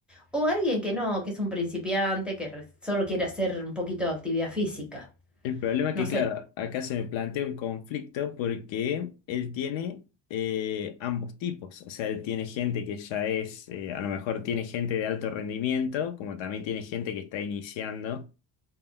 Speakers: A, in the centre; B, on the left.
A: o alguien que no, que es un principiante, que re- solo quiere hacer un poquito de actividad física.
B: El problema es
A: No
B: que,
A: sé,
B: claro, acá se me plantea un conflicto porque él tiene eh, ambos tipos, o sea, él tiene gente que ya es, eh, a lo mejor tiene gente de alto rendimiento, como también tiene gente que está iniciando,